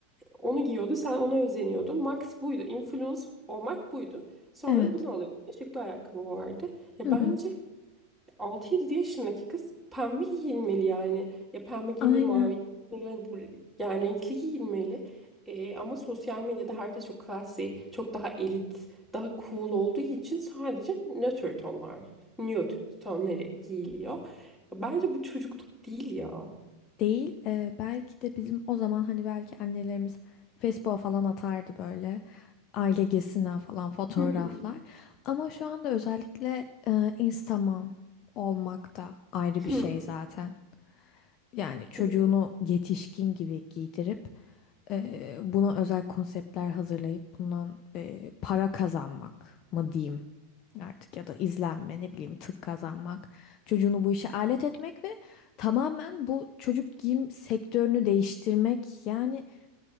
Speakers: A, in the centre; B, on the left.
A: onu giyiyordu. Sen ona özeniyordun. Max buydu. Influence olmak buydu. Sonra
B: Evet.
A: bunu alıyor. Işıklı ayakkabı vardı. Ya
B: Hı hı.
A: bence 6-7 yaşındaki kız pembe giyinmeli yani. Ya pembe giyinmeli,
B: Aynen.
A: mavi giyinmeli, yani bu- yani renkli giyinmeli. Ee, ama sosyal medyada herkes çok classy, çok daha elit, daha cool olduğu için sadece nötr tonlar, nude tonları giyiliyor. Bence bu çocukluk değil ya.
B: Değil. e, belki de bizim o zaman hani belki annelerimiz Facebook'a falan atardı böyle. Aile gezisinden falan fotoğraflar.
A: Hı hı,
B: Ama şu anda özellikle e, Instagram olmak da ayrı
A: <clears throat>
B: bir
A: hı.
B: şey zaten. Yani çocuğunu
A: Kes-
B: yetişkin gibi giydirip eee, buna özel konseptler hazırlayıp bundan eee, para kazanmak mı diyeyim artık ya da izlenme ne bileyim tık kazanmak. Çocuğunu bu işe alet etmek ve tamamen bu çocuk giyim sektörünü değiştirmek yani